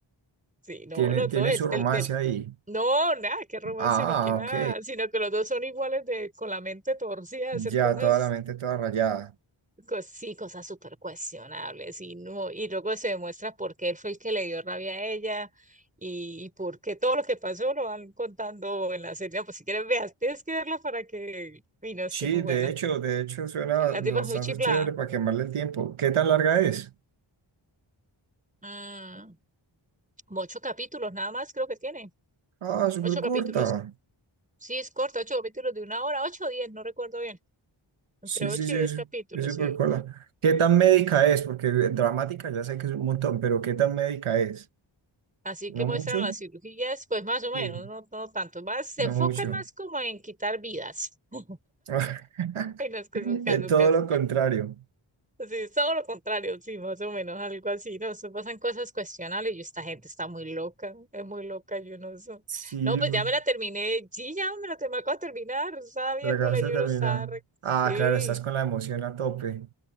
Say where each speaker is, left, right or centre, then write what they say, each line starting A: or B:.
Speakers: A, on the right; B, on the right.
A: Sí, no,
B: Tienen,
A: los
B: tienen
A: dos, el,
B: su romance
A: el, el-
B: ahí.
A: no, nada, qué romance
B: Ah,
A: ni qué nada,
B: ok.
A: sino que los dos son iguales de, con la mente torcida de hacer
B: Ya
A: cosas,
B: toda la mente toda rayada.
A: cos- sí, cosas súper cuestionables y no, y luego se demuestra por qué él fue el que le dio rabia a ella y, y por qué todo lo que pasó lo van contando en la serie, No, pues si quieres veas, tienes que verla para que, y no, es
B: Sí,
A: que es muy buena,
B: de hecho, de hecho suena
A: la
B: bastante
A: tipa es muy chiflada,
B: chévere para quemarle el tiempo. ¿Qué tan larga es?
A: Mm, como ocho capítulos nada más creo que tiene,
B: Ah, súper
A: ocho
B: corta.
A: capítulos. Sí, es corta, ocho capítulos de una hora, ocho o diez, no recuerdo bien. Entre
B: Sí,
A: ocho
B: sí, sí,
A: y diez
B: es
A: capítulos,
B: es súper
A: sí.
B: corta. ¿Qué tan médica es? Porque eh, dramática ya sé que es un montón, pero ¿qué tan médica es?
A: Así
B: ¿No
A: que muestran
B: mucho?
A: las cirugías, pues más o menos,
B: Sí,
A: no, no tanto. Más, se
B: no
A: enfocan
B: mucho.
A: más como en quitar vidas. <laughs>
B: <laughs>
A: En las que son casos,
B: Es todo
A: casos.
B: lo contrario.
A: Sí, es todo lo contrario, sí, más o menos, algo así. No, eso pasan cosas cuestionables y esta gente está muy loca, es muy loca, yo no sé.
B: Sí,
A: No, pues
B: por-
A: ya me la terminé, sí, ya me la te- me acabo de terminar, estaba viéndola
B: pero acabas
A: y
B: de
A: uno
B: terminar.
A: está, re- sí.
B: Ah, claro, estás con la emoción a tope.